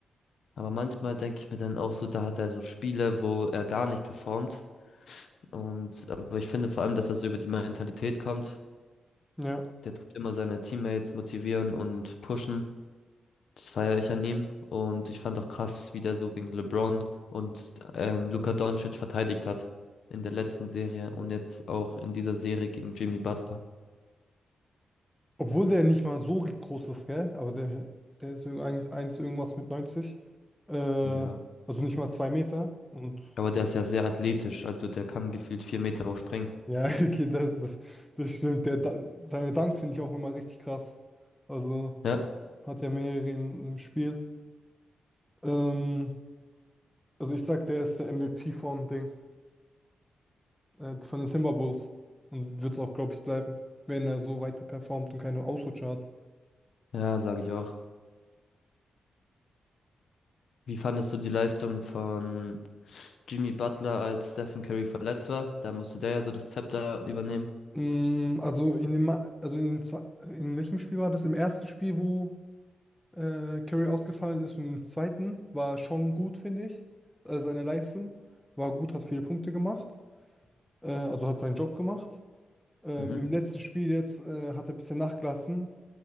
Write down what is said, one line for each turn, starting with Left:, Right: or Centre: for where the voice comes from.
Left: Aber manchmal denke ich mir dann auch so, da hat er so Spiele, wo er gar nicht performt. Und aber ich finde vor allem, dass er so über die Mentalität kommt
Centre: Ja.
Left: Der tut immer seine Teammates motivieren und pushen. Das feiere ich an ihm. Und ich fand auch krass, wie der so gegen LeBron und ähm, Luka Doncic verteidigt hat. In der letzten Serie und jetzt auch in dieser Serie gegen Jimmy Butler.
Centre: Obwohl der nicht mal so groß ist, gell? Aber der, der ist irg- ein- eins irgendwas mit 90. Äh,
Left: Ja.
Centre: also nicht mal zwei Meter. Und
Left: Aber der ist ja sehr athletisch, also der kann gefühlt vier Meter hoch springen.
Centre: ja, <laughs> okay, das, das stimmt. Der, Da- seine Dunks finde ich auch immer richtig krass. Also
Left: Ja,
Centre: hat ja mehrere in, im Spiel. Ähm, also ich sag, der ist der MVP vom Ding, äh, von den Timberwolves. Und wird es auch, glaube ich, bleiben, wenn er so weiter performt und keine Ausrutscher hat.
Left: ja, sage ich auch. Wie fandest du die Leistung von Jimmy Butler, als Stephen Curry verletzt war? Da musste der ja so das Zepter übernehmen.
Centre: Mm, also in dem, Ma- also in, den zwei- in welchem Spiel war das? Im ersten Spiel, wo. äh, Curry ausgefallen ist. Und im zweiten war schon gut, finde ich. Äh, seine Leistung war gut, hat viele Punkte gemacht. Äh, also hat seinen Job gemacht. Ähm,
Left: Mhm.
Centre: im letzten Spiel jetzt äh, hat er ein bisschen nachgelassen